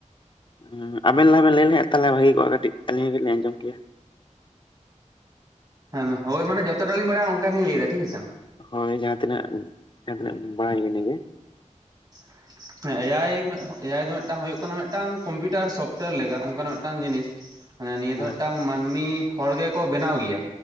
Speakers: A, on the left (about 40°); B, on the right (about 30°).
A: ᱦᱩᱸ ᱟᱵᱮᱱ ᱞᱟᱦᱟ ᱵᱮᱱ ᱞᱟᱹᱭ ᱞᱮᱠᱷᱟᱱ ᱛᱟᱦᱞᱮ ᱵᱷᱟᱹᱜᱤ ᱠᱚᱜᱼᱟ ᱠᱟᱹᱴᱤᱡ ᱟᱹᱞᱤᱧ ᱦᱚᱸ ᱠᱟᱹᱴᱤᱡ ᱞᱤᱧ ᱟᱸᱡᱚᱢ ᱠᱮᱭᱟ᱾
B: ᱦᱮᱸᱢᱟ ᱦᱳᱭ ᱢᱟᱱ ᱡᱚᱛᱚᱴᱟᱞᱤᱧ ᱵᱟᱰᱟᱭᱟ ᱚᱱᱠᱟᱞᱤᱧ ᱞᱟᱹᱭᱫᱟ ᱴᱷᱤᱠᱜᱮᱥᱮ᱾
A: ᱦᱳᱭ ᱡᱟᱦᱟᱸ ᱛᱤᱱᱟᱹᱜ ᱡᱟᱦᱟᱸ ᱛᱤᱱᱟᱹᱜ ᱵᱟᱲᱟᱭ ᱤᱱᱟᱹᱜᱮ᱾
B: <inaudible> ᱦᱮᱸ ᱮ ᱟᱭ ᱮ ᱟᱭ ᱫᱚ ᱢᱤᱫᱴᱟᱝ ᱦᱩᱭᱩᱜ ᱠᱟᱱᱟ ᱢᱤᱫᱴᱟᱝ ᱠᱚᱢᱯᱤᱭᱩᱴᱟᱨ ᱥᱚᱯᱴᱳᱭᱟᱨ ᱞᱮᱠᱟ ᱚᱱᱠᱟᱱᱟᱜ ᱢᱤᱫᱴᱟᱝ ᱡᱤᱱᱤᱥ ᱢᱟᱱᱮ ᱱᱤᱭᱟᱹ
A: ᱦᱳᱭ
B: ᱫᱚ ᱢᱤᱫᱴᱟᱝ ᱢᱟᱹᱱᱢᱤ ᱦᱚᱲ ᱜᱮᱠᱚ ᱵᱮᱱᱟᱣ ᱜᱮᱭᱟ